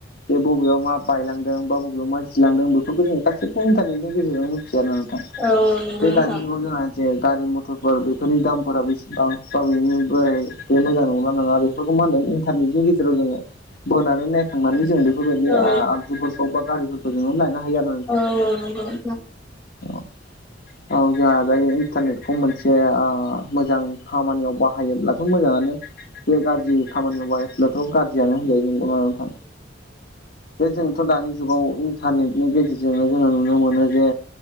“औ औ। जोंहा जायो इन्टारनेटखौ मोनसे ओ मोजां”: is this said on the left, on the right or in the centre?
Left